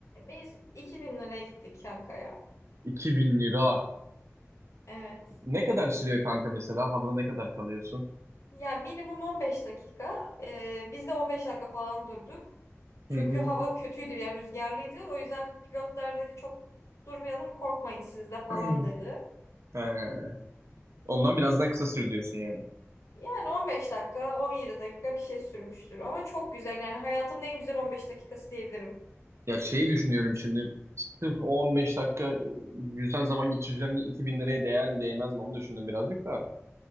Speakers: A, on the left (about 70°); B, on the right (about 60°).
A: biz 2000 liraya gittik Yankaya.
B: 2000 lira.
A: Evet.
B: Ne kadar sürüyor kanka mesela? Havada ne kadar kalıyorsun?
A: Ya minimum 15 dakika. E, biz de 15 dakika falan durduk. Çünkü
B: Hı hı.
A: hava kötüydü yani rüzgarlıydı. O yüzden pilotlar dedi çok durmayalım korkmayın siz de falan
B: <clears throat>
A: dedi.
B: Ee, ondan biraz daha kısa sür diyorsun yani.
A: Yani 15 dakika, 17 dakika bir şey sürmüştür. Ama çok güzel. Yani hayatımın en güzel 15 dakikası diyebilirim.
B: Ya şeyi düşünüyorum şimdi. Sırf o 15 dakika e, güzel zaman geçireceğim diye 2000 liraya değer mi değmez mi onu düşündüm birazcık da.